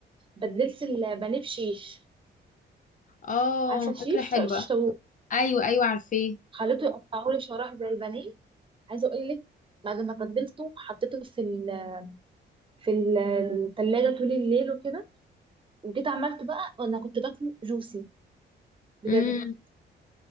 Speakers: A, on the right; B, on the left.
A: بدلت البانيه بشيش
B: اه
A: عارفه
B: فكره
A: الشيش
B: حلوه
A: شيش طاووق
B: ايوه ايوه عارفاه
A: خليته يقطعه لي شرايح زي البانيه عايزه اقول لك بعد ما تبلته حطيته في ال في ال- الثلاجه طول الليل وكده وجيت عملته بقى وانا كنت باكله جوسي بجد
B: امم